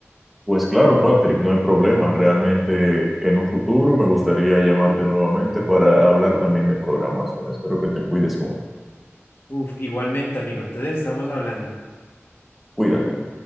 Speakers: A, in the centre; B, on the left (about 55°).
A: Pues claro, Patrick, no hay problema. Realmente en un futuro me gustaría llamarte nuevamente para hablar también de programación. Espero que te cuides mucho.
B: Uf, igualmente amigo, entonces estamos hablando.
A: Cuídate.